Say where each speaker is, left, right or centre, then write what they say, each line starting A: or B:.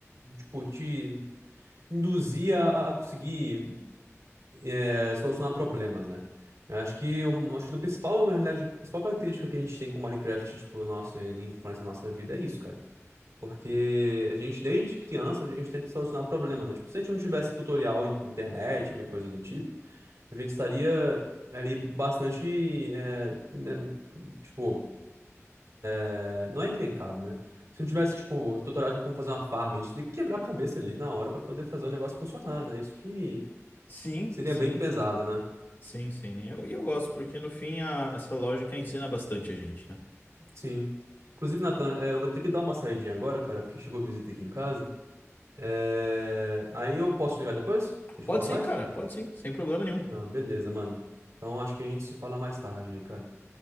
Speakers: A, on the right; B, on the left.
A: tipo, te induzir a, a conseguir é, solucionar problemas, né? Eu Acho que eu acho que do principal, na realidade, a principal característica que a gente tem com Minecraft, tipo, nossa influência na nossa vida é isso, cara. Porque a gente, desde criança, a gente tenta solucionar problema, né? Tipo, se a gente não tivesse tutorial na internet, ou qualquer coisa do tipo, a gente estaria ali bastante, é, né, tipo, é, não é encrencado, né? Se não tivesse, tipo, tutorial de como fazer uma farm, a gente teria que quebrar a cabeça ali na hora pra poder fazer o negócio funcionar, né? Isso que
B: Sim,
A: Seria
B: sim,
A: bem pesado, né?
B: sim, sim. Eu- E eu, gosto, porque no fim a- essa lógica ensina bastante a gente, né?
A: Sim. Inclusive, Nathan, eh, eu vou ter que dar uma saidinha agora, cara, porque chegou visita aqui em casa. Eh, Aí eu posso te ligar depois? A gente
B: Pode
A: fala
B: sim,
A: mais?
B: cara, pode sim, sem problema nenhum.
A: Não, beleza, mano. Então acho que a gente se fala mais tarde aí, cara.